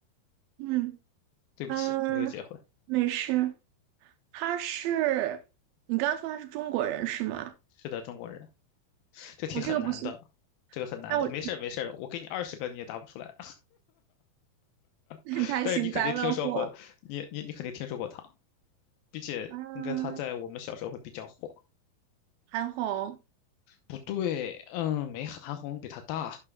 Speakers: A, on the right (about 80°); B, on the left (about 80°).
A: 嗯
B: 对不起，
A: 嗯，
B: 没有结婚，
A: 没事。他是，你刚刚说他是中国人是吗？
B: 是的，中国人。这题很难的，
A: 我这个不是
B: 这个很难的，
A: <laughs>，那我
B: 没事儿没事儿的，我给你二十个你也答不出来，
A: <laughs>
B: <laughs>
A: 太幸灾乐祸了。
B: 但是你肯定听说过的，你你你肯定听说过他，并且应该他在我们小时候会比较火。
A: 嗯，韩红，
B: 不对，嗯，没韩红比他大，